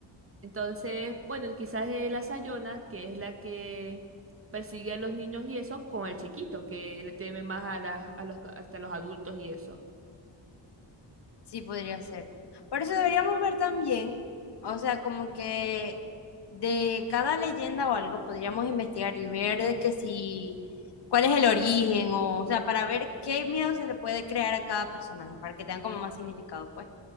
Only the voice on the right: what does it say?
Entonces, bueno, quizás es la Sayona, que es la que persigue a los niños y eso, con el chiquito, que le teme más a, las a los, hasta los adultos y eso.